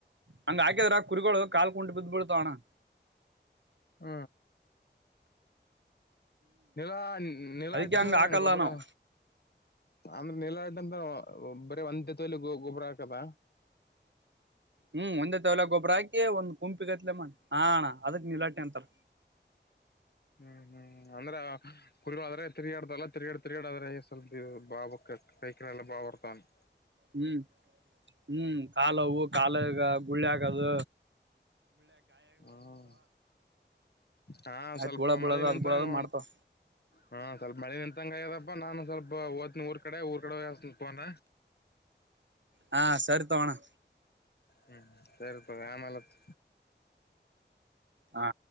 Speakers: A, on the right; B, on the left.
A: ಹಂಗ ಹಾಕಿದ್ರ ಕುರಿಗಳು ಕಾಲು ಕುಂಟು ಬಿದ್ದು ಬೀಳುತ್ತವೆ ಅಣ್ಣಾ.
B: ಹ ನೀಲ ಅ ನಿಟ್ಟನ
A: ಅದಕ್ಕೆ ಹಂಗ ಹಾಕಲ್ಲ
B: ಗೊಬ್ಬರ
A: ನಾವು
B: ಆಮೇಲೆ <unintelligible> <unintelligible> ಬರೀ ಒಂದು ತೊಲೆ ಗೊಬ್ಬರ ಹಾಕೋದ.
A: ಹ್ಮು ಒಂದೇ ತೊಲೆ ಗೊಬ್ಬರ ಹಾಕಿ ಒಂದು ಗುಂಪಿ ಗಟ್ಟಲೆ ಮಾಡ್ ಹ ಅಣ್ಣಾ. ಅದಕ್ಕೆ ನೀಲಾಟಿ ಅಂತಾರ.
B: ಹ್ಮ್ ಹ್ಮ್ ಅಂದ್ರ ಕುರಿಗಳು ಆದರೆ ತಿರುಗಾಡುತ್ತವೆ ಅಲ್ವ ಅದಕ್ಕೆ ತಿರಗಾಡಿ ತಿರಗಾಡಿ ಆದ್ರ ಸ್ವಲ್ಪ ಇವು ಭಾವ ಕೈ ಕಾಲು ಬಾವು ಬರ್ತಾವ್ ಅಂತ.
A: ಹ್ಮ್ ಹ್ಮ್ ಕಾಲು ಅವು ಕಾಲ್ ಈಗ ಗುಳ್ಳಿ ಆಗೋದ್
B: ಹ್ಮ್ ಹಾ
A: ಆಯ್ತ್
B: ಸ್ವಲ್ಪ
A: ಹುಳ ಬೀಳೋದು
B: ಮಳೆ ನಿಂತಂಗ
A: ಅದ್ ಬೀಳೋದು ಮಾಡ್ತಾವ
B: ಹಾ ಹ್ಮ ಸ್ವಲ್ಪ ಮಳೆ ನಿಂತಂಗ ಹಾಗಿದೆಪ್ಪಾ ನಾನು ಸ್ವಲ್ಪ ಹೊತ್ತನ್ ಊರ ಕಡೆ ಹೋಗುತ್ತೇನೆ ಊರ ಕಡ <unintelligible> ಒನ್
A: ಹ ಸರಿ ತೊಗೊ ಅಣ್ಣಾ.
B: ಹ್ಮ್ ಸರಿಪ ಆಮೇಲತ್
A: ಹಾ